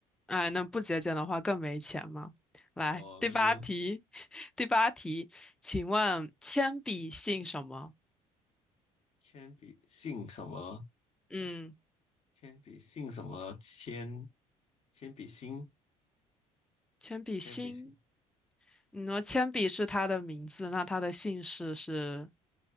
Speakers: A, in the centre; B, on the left.
A: 哎，那不节俭的话更没钱嘛。来，
B: 哦，
A: 第八题，
B: 呃
A: <laughs> 第八题，请问铅笔姓什么？
B: 铅笔姓什么？
A: 嗯，
B: 铅笔姓什么？铅铅笔芯，
A: 铅笔姓，
B: 铅笔芯，
A: 你说铅笔是他的名字，那他的姓氏是？